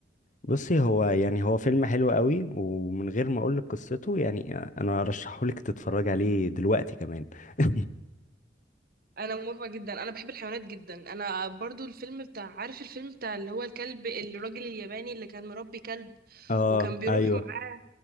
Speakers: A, on the left; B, on the right.
A: بصي هو يعني هو فيلم حلو قوي ومن غير ما أقولك قصته يعني أنا أرشحهولك تتفرج عليه دلوقتي كمان <laughs>
B: انا موافقه جدا انا بحب الحيوانات جدا انا برضو الفيلم بتاع عارف الفيلم بتاع اللي هو الكلب الراجل الياباني اللي كان مربي كلب
A: اه
B: وكان بيروح
A: ايوه
B: معاه